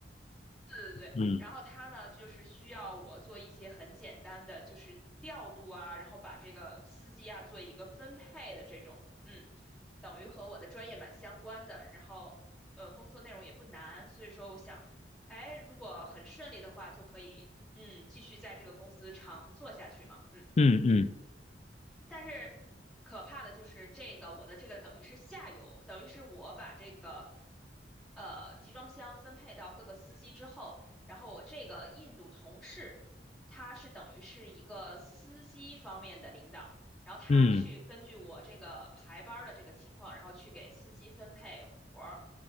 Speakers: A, in the centre; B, on the left.
A: 对对对，
B: 嗯
A: 然后他呢，就是需要我做一些很简单的，就是调度啊，然后把这个司机啊做一个分配的这种，嗯，等于和我的专业蛮相关的，然后呃，工作内容也不难，所以说我想，哎，如果很顺利的话，就可以，嗯，继续在这个公司长做下去嘛，嗯。
B: 嗯嗯
A: 但是可怕的就是这个，我的这个等于是下游，等于是我把这个呃集装箱分配到各个司机之后，然后我这个印度同事，他是等于是一个司机方面的领导，然后他去根据我这个排班儿的这个情况，
B: 嗯
A: 然后去给司机分配活儿。